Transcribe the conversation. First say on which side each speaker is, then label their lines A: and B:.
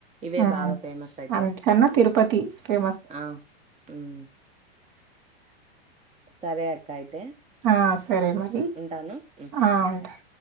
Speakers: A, on the right; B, on the right.
A: ఇవే
B: ఆ
A: బాగా ఫేమస్ అయితే
B: అందుకన్నా తిరుపతి ఫేమస్
A: ఆ ఉమ్ సరే అక్క అయితే
B: ఆ సరే మరి
A: ఉంటాను. హ్మ్.
B: ఆ ఉంటా
A: బాయ్. హ్మ్.